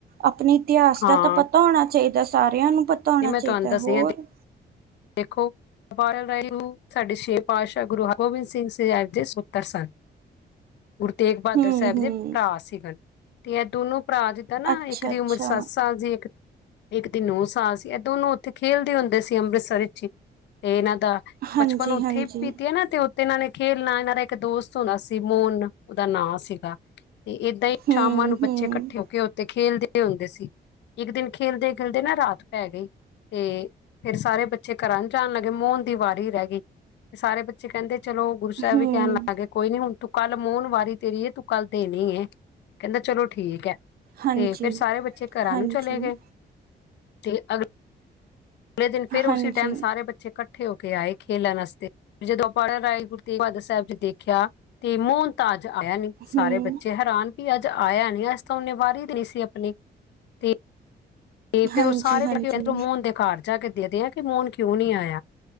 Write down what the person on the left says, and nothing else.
ਹਾਂ
ਨਹੀਂ
ਮੈਂ
ਤੁਹਾਨੂੰ ਦੱਸਦੀ
ਹਾਂ ਦੇਖੋ ਔਰਗਜ਼ੇਬ ਸਾਡੇ ਛੇ ਪਾਤਸ਼ਾਹ ਗੁਰੂ ਹਰਗੋਬਿੰਦ ਸਿੰਘ ਸਾਹਿਬ ਦੇ ਸਪੁੱਤਰ ਸਨ। ਗੁਰੂ ਤੇਗ ਬਹਾਦਰ
ਸਾਹਿਬ
ਦੇ ਭਰਾ ਸੀਗਨ। ਤੇ ਇਹ ਦੋਨੂੰ। ਭਰਾ ਜਿੱਦਾਂ ਨਾ
ਇੱਕ ਦੀ
ਉਮਰ ਸੱਤ ਸਾਲ ਸੀ ਇੱਕ। ਇੱਕ ਦੀ ਨੌ ਸਾਲ ਸੀ ਇਹ ਦੋਨੋ। ਤੇ ਖੇਲਦੇ ਹੁੰਦੇ ਸੀ ਅੰਮ੍ਰਿਤਸਰ। ਅਰੀਚੀ ਇਹ ਨਾ। ਦਾ
ਬਚਪਨ ਉੱਥੇ
ਹੀ ਬੀਤਿਆ ਨਾ ਤੇ। ਤੇ ਇਹਨਾਂ ਨੇ ਖੇਲਣਾ ਇਹਨਾਂ ਦਾ ਇੱਕ ਦੋਸਤ ਹੁੰਦਾ ਸੀ ਮੋਨਾ ਉਹਦਾ ਨਾਂ ਸੀਗਾ। ਤੇ ਏਦਾਂ ਹੀ
ਸ਼ਾਮਾਂ ਨੂੰ ਬੱਚੇ
ਇਕੱਠੇ ਹੋ ਕੇ ਉੱਥੇ। ਖੇਲਦੇ ਹੁੰਦੇ ਸੀ ਇੱਕ ਦਿਨ ਖੇਲਦੇ ਖੇਲਦੇ ਨਾ ਰਾਤ ਪੈ ਗਈ ਤੇ ਫੇਰ ਸਾਰੇ ਬੱਚੇ। ਬੱਚੇ ਘਰਾਂ ਨੂੰ ਜਾਣ ਲੱਗੇ ਮੋਹਨ ਦੀ ਵਾਰੀ ਰਹਿ ਗਈ ਤੇ ਸਾਰੇ ਬੱਚੇ ਕਹਿੰਦੇ। ਚਲੋ ਗੁਰੂ ਸਾਹਿਬ
ਵੀ ਕਹਿਣ ਲੱਗ ਗਏ ਕੋਈ ਨੀ ਹੁਣ ਤੂੰ। ਕੱਲ ਮੋਹਨ ਵਾਰੀ ਤੇਰੀ ਤੂੰ ਕੱਲ ਦੇਣੀ ਹੈ ਕਹਿੰਦਾ ਚਲੋ ਠੀਕ ਹੈ। ਤੇ
ਫਿਰ ਸਾਰੇ ਬੱਚੇ ਘਰਾਂ
ਨੂੰ ਚਲੇ ਗਏ? ਤੇ ਅਗਰ। ਅਗਲੇ ਦਿਨ ਫਿਰ ਉਸ
ਟਾਈਮ ਸਾਰੇ ਬੱਚੇ। ਇਕੱਠੇ ਹੋ ਕੇ ਆਏ ਖੇਲਣ ਵਾਸਤੇ ਜਦੋਂ ਆਪਾਂ ਰਾਏ ਗੁਰੂ ਤੇਗ ਬਹਾਦਰ ਸਾਹਿਬ ਜੀ ਦੇਖਿਆ ਤੇ ਮੋਹਨ ਤਾਜ। ਆਇਆ ਨੀ ਸਾਰੇ
ਬੱਚੇ ਹੈਰਾਨ? ਵੀ ਅੱਜ ਆਇਆ ਨੀ ਅੱਜ ਤਾਂ ਉਹਨੇ ਵਾਰੀ ਦਿੰਨੇ ਸੀ ਆਪਣੀ ਤੇ। ਤੇ ਫ਼ਿਰ
ਉਹ ਸਾਰੇ
ਕਹਿੰਦੇ ਮੋਹਣ ਦੇ ਘਰ ਜਾ ਕੇ। ਦੇਖਦੇ ਆ ਕਿ ਮੋਹਨ ਕਿਉਂ ਨੀ ਆਇਆ